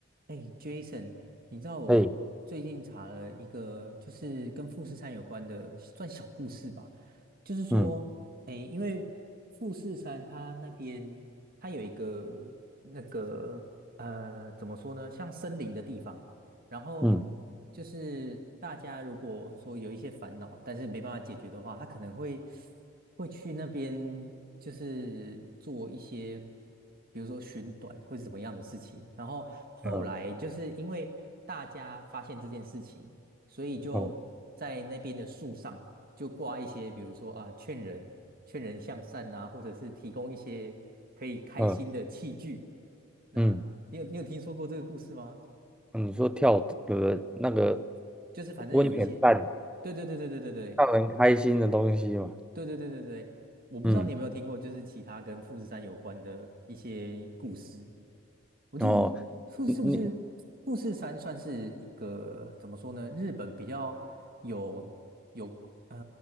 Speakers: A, on the right; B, in the centre.
A: 哎，Jason，你知道我最近查了一个，
B: 嘿，
A: 就是跟富士山有关的，算小故事吧。就是说，
B: 嗯
A: 哎，因为富士山它那边它有一个那个呃，怎么说呢，像森林的地方，然后就是大家如果说有一些烦恼，
B: 嗯
A: 但是没办法解决的话，他可能会会去那边，就是做一些，比如说寻短或是怎么样的事情。然后后来就是因为大家发现这件事情，
B: 嗯
A: 所以就在那边的树上就挂一些，
B: 嗯
A: 比如说啊，劝人劝人向善啊，或者是提供一些可以开心的器具。
B: 嗯
A: 那你有你有听说过这个故事吗？
B: 嗯，嗯你说跳呃那个
A: 就是反正有一些，
B: 温泉蛋
A: 对对对对对对对
B: 让人开心的东西嘛？
A: 对对对对对，我不知道你有没有听过，
B: 嗯，
A: 就是其他跟富士山有关的一些故事。我记得富是不是
B: 哦，你你
A: 富士山算是一个怎么说呢？日本比较有有嗯、